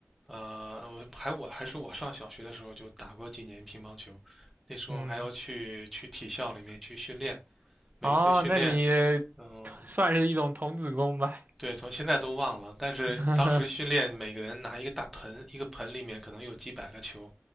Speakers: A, in the centre; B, on the right.
A: 呃，还我还是我上小学的时候就打过几年乒乓球，那时候还要去去体校里面去训练，
B: 嗯，
A: 每一次训练，
B: 啊，那你
A: 嗯、
B: 算是一种童子功吧。
A: 对，从现在都忘了，但是当时训练每个人拿一个大盆，
B: <laughs>
A: 一个盆里面可能有几百个球，